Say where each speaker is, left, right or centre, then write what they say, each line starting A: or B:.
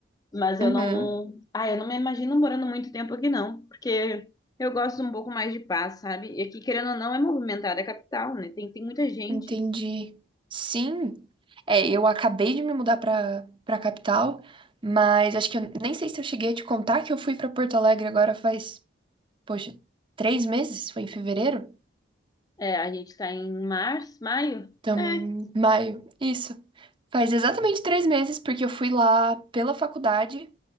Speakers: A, on the left; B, on the right.
A: Mas eu
B: Uhum.
A: não, ah, eu não me imagino morando muito tempo aqui não, porque eu gosto um pouco mais de paz, sabe? E aqui, querendo ou não, é movimentada, é capital, né? Tem, tem muita gente.
B: Entendi. Sim. É, eu acabei de me mudar para para capital, mas acho que eu nem sei se eu cheguei a te contar que eu fui para Porto Alegre agora faz, poxa, três meses? Foi em fevereiro?
A: É, a gente tá em março, maio?
B: Estamos
A: É.
B: em maio. Isso. Faz exatamente três meses, porque eu fui lá pela faculdade